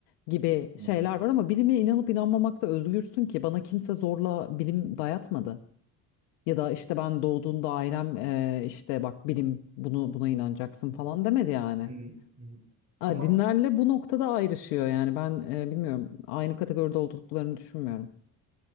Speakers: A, on the left; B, on the right.
A: gibi
B: Hı
A: şeyler
B: hı.
A: var ama bilime inanıp inanmamakta özgürsün ki bana kimse zorla bilim dayatmadı. Ya da işte ben doğduğumda ailem e, işte bak bilim bunu buna inanacaksın falan demedi yani.
B: Hı hı. Hı hı.
A: Aa,
B: Ama
A: Dinlerle bu noktada ayrışıyor yani ben e, bilmiyorum aynı kategoride olduklarını düşünmüyorum.